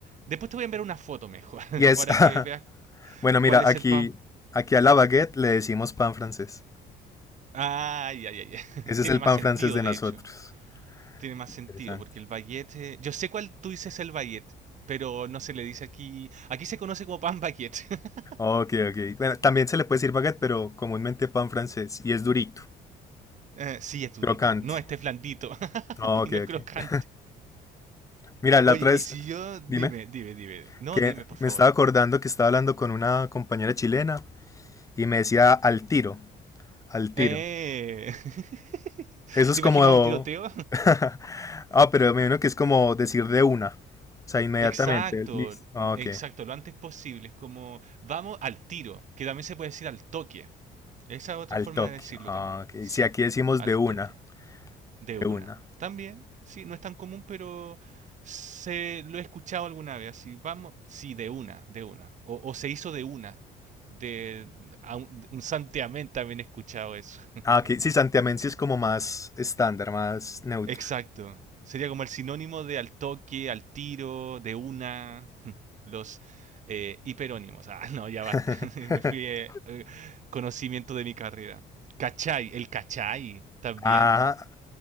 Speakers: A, on the right; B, on the left.
A: Después te voy a enviar una foto mejor,
B: Y es,
A: <laughs> para
B: <laughs>
A: que veas
B: bueno, mira,
A: cuál es
B: aquí,
A: el pan...
B: aquí a la baguette le decimos pan francés.
A: Ah, ya, ya, ya. <laughs>
B: Ese
A: Tiene
B: es el
A: más
B: pan
A: sentido,
B: francés de
A: de
B: nosotros.
A: hecho. tiene más
B: Interesante.
A: sentido, porque el baguette. eh, Yo sé cuál tú dices el baguette, pero no se le dice aquí. Aquí se conoce como pan baguette. <laughs>
B: Ok, ok. Bueno, también se le puede decir baguette, pero comúnmente pan francés y es durito,
A: Eh, sí, es durito.
B: crocante.
A: No, este es blandito <laughs>
B: Ok,
A: y no
B: ok.
A: es crocante.
B: Mira, la
A: Oye,
B: otra
A: y
B: vez,
A: si yo. Dime,
B: dime,
A: dime, dime. No,
B: que
A: dime, por favor.
B: me estaba acordando que estaba hablando con una compañera chilena y me decía al tiro, al tiro.
A: Eh. <laughs>
B: Eso es
A: ¿Te imaginabas
B: como...
A: un tiroteo?
B: <laughs> Ah, pero me imagino que es como decir de una.
A: <laughs>
B: O sea, inmediatamente,
A: exacto,
B: listo. Ah,
A: exacto,
B: Ok,
A: lo antes posible. Es como, vamos al tiro, que también se puede decir al toque. Esa es otra
B: al
A: forma
B: toque.
A: de decirlo
B: Ah,
A: también.
B: Ok,
A: Sí,
B: si aquí decimos
A: al
B: de una,
A: toque. de
B: de
A: una.
B: una.
A: También, sí, no es tan común, pero se lo he escuchado alguna vez. Así, vamos, sí, de una, de una. O, o se hizo de una. De a un, un santiamén también he escuchado eso. <laughs>
B: Ah, ok, sí, santiamén sí es como más estándar, más neutro.
A: Exacto. Sería como el sinónimo de al toque, al tiro, de una. <laughs> Los eh, hiperónimos. Ah, no, ya
B: <laughs>
A: basta. <laughs> Me fui eh, eh, conocimiento de mi carrera. Cachai, el cachai también.
B: Ah,